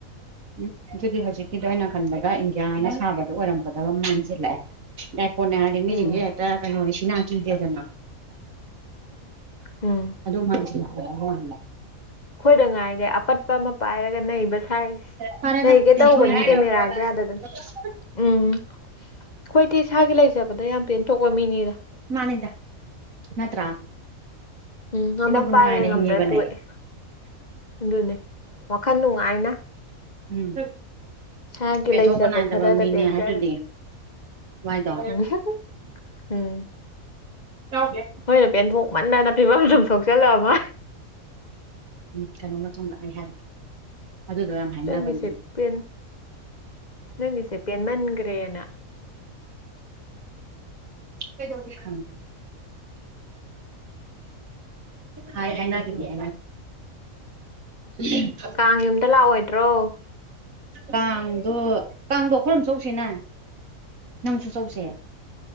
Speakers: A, on the right (about 70°); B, on the left (about 30°).
A: ꯎꯝ ꯑꯗꯨꯗꯤ ꯍꯧꯖꯤꯛꯀꯤꯗꯣ ꯑꯩꯅ ꯈꯟꯕꯒ ꯏꯟꯗꯤꯌꯥꯅ ꯁꯥꯕꯗꯣ ꯑꯣꯏꯔꯝꯒꯗꯕ ꯃꯥꯟꯁꯤꯜꯂꯛꯑꯦ ꯑꯥꯏ ꯐꯣꯟꯅꯦ ꯍꯥꯏꯗꯤ ꯃꯤꯁꯤꯡꯁꯦ
B: ꯎꯝ
A: ꯍꯦꯛꯇ ꯀꯩꯅꯣꯅꯤ ꯁꯤꯅꯥ ꯀꯤꯗꯦꯗꯅ
B: ꯎꯝ
A: ꯑꯗꯨ ꯃꯥꯟꯁꯤꯜꯂꯛ ꯍꯥꯏꯕ ꯋꯥꯅꯤꯗ
B: ꯑꯩꯈꯣꯏꯗ ꯉꯥꯏꯔꯦ ꯑꯄꯠꯄ ꯑꯃ ꯄꯥꯏꯔꯒ ꯅꯩꯕ ꯁꯥꯏꯁꯦ
A: ꯐꯔꯦꯗ
B: ꯅꯩꯒꯦ
A: ꯄꯦꯟꯊꯣꯛꯏꯗꯨꯗꯤ
B: ꯇꯧꯕꯅꯦ ꯀꯦꯃꯦꯔꯥꯁꯦ ꯌꯥꯗꯗꯅ
A: <inaudible>
B: ꯎꯝ ꯑꯩꯈꯣꯏꯗꯤ ꯏꯁꯥꯒꯤ ꯂꯩꯖꯕꯗ ꯌꯥꯝ ꯄꯦꯟꯊꯣꯛꯄ ꯃꯤꯅꯤꯗ
A: ꯃꯥꯅꯤꯗ ꯅꯠꯇ꯭ꯔꯥ
B: ꯎꯝ ꯉꯝꯃ
A: ꯁꯤꯅꯕꯨ
B: ꯄꯥꯏꯔꯦ
A: ꯅꯨꯡꯉꯥꯏꯅ
B: ꯉꯝꯗ꯭ꯔ
A: ꯍꯤꯡꯉꯤꯕꯅꯦ
B: ꯇꯣꯛꯑꯦ ꯑꯗꯨꯅꯦ ꯋꯥꯈꯜ ꯅꯨꯡꯉꯥꯏꯅ
A: ꯎꯝ
B: ꯏꯁꯥꯒꯤ
A: ꯄꯦꯟꯊꯣꯛꯄ
B: ꯂꯩꯖꯕ
A: ꯅꯥꯏꯗꯕ
B: ꯈꯔꯗ
A: ꯃꯤꯅꯦ
B: ꯄꯦꯟꯖꯔ
A: ꯍꯥꯏꯗꯨꯗꯤ ꯃꯥꯏꯗꯣ
B: ꯎꯝ ꯎꯝ
A: ꯌꯥꯎꯗꯦ
B: ꯑꯩꯈꯣꯏꯅ ꯄꯦꯟꯊꯣꯛ ꯃꯟꯗꯅ ꯐꯤꯕꯝ ꯁꯨꯝ ꯁꯣꯛꯆꯤꯜꯂꯛꯑꯕ
A: ꯎꯝ ꯀꯩꯅꯣ ꯃꯇꯨꯡꯗ ꯑꯩ ꯍꯥꯏꯔꯛꯀꯦ ꯑꯗꯨꯗꯣ ꯌꯥꯝ ꯍꯥꯏꯅꯕꯅꯦ
B: ꯅꯪꯒꯤꯁꯦ ꯄꯦꯟ ꯅꯪꯒꯤꯁꯦ ꯄꯦꯟꯃꯟꯈ꯭ꯔꯦꯅ
A: ꯑꯩ <unintelligible> <unintelligible> ꯍꯥꯏ ꯍꯥꯏꯅꯒꯤꯕꯅꯤ <unintelligible>
B: ꯀꯥꯡ ꯌꯨꯝꯗ ꯂꯥꯛꯑꯣꯏꯗ꯭ꯔꯣ
A: ꯀꯥꯡꯗꯣ ꯀꯥꯡꯗꯣ ꯑꯈꯣꯏꯔꯣꯝ ꯆꯠꯂꯨꯁꯤꯅ ꯅꯪꯁꯨ ꯆꯧꯁꯦ